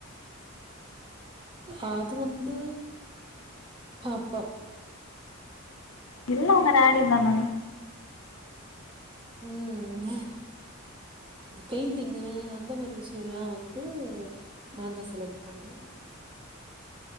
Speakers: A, on the right; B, on the left.
A: அது வந்து அப்ப அப்ப
B: இல்ல உங்க டேடி தானா
A: ம் பெயிண்டிங்கு அந்த மாரி விஷய எல்லா வந்து நா தா செலக்ட் பண்னே